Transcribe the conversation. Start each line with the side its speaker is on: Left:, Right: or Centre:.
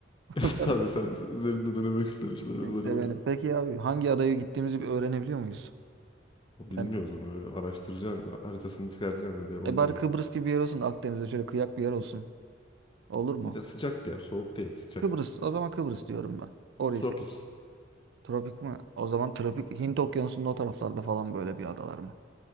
Right: <laughs>
Left: <laughs>
Right: Tamam.
Left: Tabii sen üzerinde dönemek istemişler
Right: İlk
Left: özel
Right: de
Left: olarak.
Right: beni. Peki abi hangi adaya gittiğimizi bir öğrenebiliyor muyuz?
Left: O Bilmiyoruz
Right: Yani
Left: onu öyle araştıracaksın haritasını çıkaracaksın öyle olmuyor.
Right: e bari Kıbrıs gibi bir yer olsun da Akdeniz'de şöyle kıyak bir yer olsun. Olur mu?
Left: Bir de sıcak bir yer soğuk değil sıcak.
Right: Kıbrıs. O zaman Kıbrıs diyorum ben. Orayı
Left: Tropik
Right: seç. Tropik mi? O zaman tropik Hint Okyanusu'nun o taraflarda falan böyle bir adalar mı?